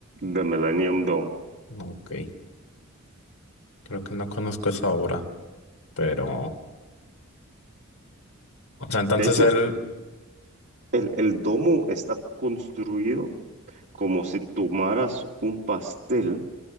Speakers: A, on the right; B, on the left.
A: de Millennium Dome.
B: Ok. Creo que no conozco esa obra, pero... O sea, entonces
A: De hecho,
B: él...
A: el, el domo está construido como si tomaras un pastel,